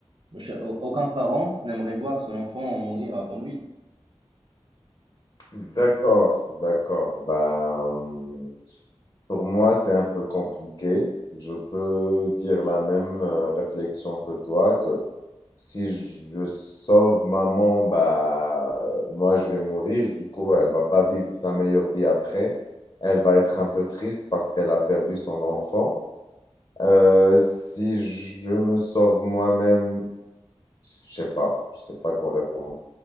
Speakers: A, on the right; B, on the left.
A: Cha- Aucun parent n'aimerait voir son enfant mourir avant lui.
B: D'accord, d'accord. Bah, hum, pour moi, c'est un peu compliqué. Je peux dire la même euh, réflexion que toi, que si je sauve maman, bah, euh, moi, je vais mourir. Du coup, elle va pas vivre sa meilleure vie après. Elle va être un peu triste parce qu'elle a perdu son enfant. Euh, si je me sauve moi-même, je sais pas. Je sais pas quoi répondre.